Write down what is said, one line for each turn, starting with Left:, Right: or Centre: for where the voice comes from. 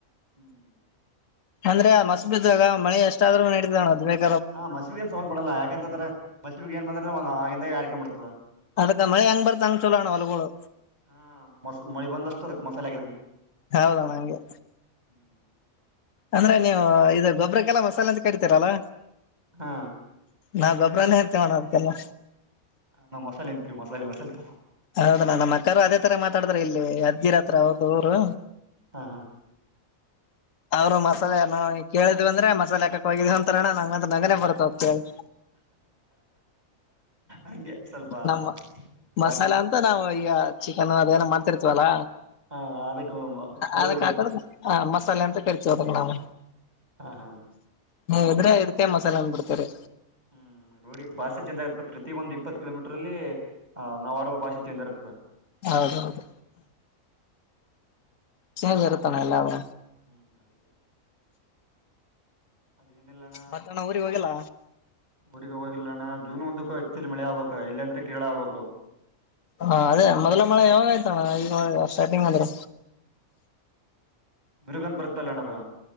Right: ಹ್ಮ್
Left: ಅಂದ್ರೆ ಮಸ್ ಬಿದಾಗ ಮಳೆ ಎಷ್ಟಾದ್ರು ನಡತೋಣೋದಣ್ಣ ಬೇಕ
Right: ಹಾ ಮೂಸಿಮಗ ಎನ್ ಸಂಬಂಪಡಲ್ಲ ಯಾಕೆಂತಂದ್ರೆ ಮಸಿಗೆ ನ್ ಬಂದ್ರ ಅವಾಗಿಂದ ಅವಾಗ ಬರ್ತದ
Left: ಅಗ ಮಳೆ ಹೆಂಗ್ ಬರ್ತ ಹಂಗ್ ಚಲೋಣ ಹೊಲಗಳು
Right: ಹಾ ಮಸ್ ಮಳಿ ಬಂದಷ್ಟು ಅದಕ್ ಮಸಾಲೆ ಹಾಕಿದ
Left: ಹೌದಾಣಂಗೆ
Right: ಹ್ಮ್
Left: ಅಂದ್ರೆ ನೀವು ಇದು ಗೊಬ್ಬ್ರಕ್ಕೆಲ್ಲ ಮಸಾಲೆ ಅಂತ ಕಡಿತೀರಲ್ಲ
Right: ಹಾ
Left: ನಾವ ಗೊಬ್ಬರ ತ ಗೋಬ್ರ್ಬನೆ ಅಂತೀವಿ ಅಣ್ಣ ಅದುಕೆಲ್ಲ
Right: ಹ ಅನಾ ಮಸಾಲೆ ಅಂತೀವಿ ಮಸಾಲೆ ಮಸಾಲೆ ತ
Left: ಹೌದ ನ ನಮ್ಮ ಅಕ್ಕರು ಅದೇ ತರ ಮಾತಾಡತಾರ ಇಲ್ಲಿ ಅಜ್ಗಿರ ಹತ್ರ ಅವರದು ಊರು
Right: ಹಾ ಹ
Left: ಅವರು ಮಸಾಲೆ ಕೇಳಿದ್ ಬಂದ್ರೆ ಮಸಾಲೆ ಹಾಕಕ್ ಹೋಗಿದೀ ಅಂತರಣ ನಂಗಂತ ನಗುನೇ ಬರ್ತಾವ ಕೇಳಿ
Right: ಹೆಂಗೆ ಸ್ವಲ್ಪ
Left: ನಮ್ಮ
Right: ಬ
Left: ಮಸಾಲೆ ಅಂತ ನಾವು ಈಗ ಚಿಕನ್ ಅದ ಏನ ಮಾಡ್ತಿರ್ತೀವಲ್ಲ
Right: ಹ ಅದಕ್ಕೆ ಪೌಡ್ರ
Left: ಅದಕ್ ಹಾಕ ಹ ಮಸಾಲೆ ಅಂತ ಕರಿತೀವಿ ಅದಕ್ ನಾವು
Right: ಹಾ ಹಾ
Left: ಹ್ಮ ಇದ್ರೆ ಇಡ್ಕ ಮಸಾಲೆ ಅಂದ ಬಿಡ್ತರಿ
Right: ಹ್ಮ್ ರೋಢಿ ಭಾಷೆ ಚೇಂದ್ ಇರ್ತದೆ ಪ್ರತಿಯ ಒಂದು ಇಪ್ಪತ್ ಕಿಲೋಮೀಟರ್ ಅಲ್ಲಿ ನಾ ಆಡುವ ಭಾಷೆ ಚೇಂಜ್ ಇರ್ತದ
Left: ಹೌದ ಹೌದು ಚೇಂಜ್ ಇರುತಾನೆ ಎಲ್ಲ ಅವ
Right: ಹ್ಮ್ ಅದಕ್ಕೆ. ಅದೇನಿಲ್ಲಣ್ಣ
Left: ಮತ್ತಣ ಊರಿಗೆ ಹೋಗಲ್ಲ.
Right: ಊರಿಗೆ ಹೋಗಿಲ್ಲಣ್ಣ ಜೂನ್ ಒಂದಕ್ಕೂ ಎಕ್ಚಲಿ ಮಳೆ ಆಗ್ಬೇಕು ಎಲ್ಲ ಅಂದ್ರೆ ಕೀಳ ಆಗ್ಬೇಕು.
Left: ಹಾ ಅದೇ ಮೊದಲ ಮಳೆ ಯಾವಾಗಾಯ್ತಣ್ಣ ಈ. ಹೌ ಸ್ಟಾರ್ಟಿಂಗ್ ಅ್ರೆ.
Right: ಮೃಗಂದ ಬರ್ದಲ್ಲನದಾ.